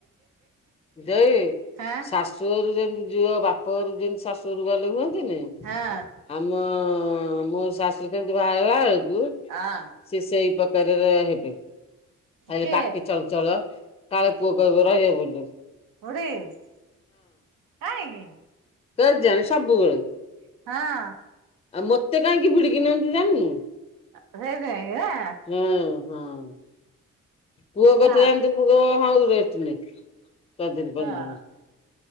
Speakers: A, on the left; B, on the right.
A: ଦେଇ
B: ହାଁ
A: ଶାଶୁ ଘରୁ ଯେମିତି ଝିଅ ବାପ ଘରକୁ ଯେମିତି ଶାଶୁ ଘରକୁ ଗଲେ ଯେମିତି ହୁଅନ୍ତି ନି?
B: ହଁ।
A: ଆମ ମୋ ଶାଶୁ କେମିତି ବାହାର ହେଲା ବେଳ କୁ
B: ଅଁ।
A: ସେ ସେଇ ପକାରରେ ହେବେ ଆଏ
B: କିଏ
A: ତାକେ ଚଳଚଳ କାଳେ ପୁଅ କହିବ ର ଇଏ ବୁଲୁ।
B: କୋଉଠିି କାହିଁକି?
A: କେଜାଣି ସବୁବେଳେ।
B: ହଁ।
A: ଆଉ ମତେ କାହିଁକି ଭିଡିକି ନିଅନ୍ତି ଜାଣିନୁ।
B: <unintelligible>
A: ଏଁ ହଁ। ପୁଅ କଥା
B: ଯା
A: ଜାଣଥିବୁ ପୁଅ କହିବ ହଁ ରେଷ୍ଟ ନେ ଚାରଦିନ ପାଞ୍ଚ
B: ହଁ
A: ଦିନି।